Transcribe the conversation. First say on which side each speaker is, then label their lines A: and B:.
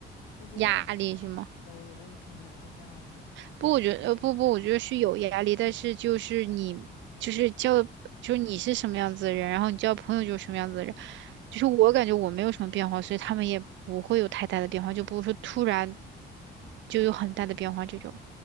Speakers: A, on the left; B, on the right.
A: 我觉得，
B: 压力是吗？
A: 呃，我觉得也可能也是这样子。嗯，
B: 不，我觉得呃不不，我觉得是有压力，但是就是你就是交就是你是什么样子的人，然后你交朋友就是什么样子的人，就是我感觉我没有什么变化，所以他们也不会有太大的变化，就不会说突然就有很大的变化这种。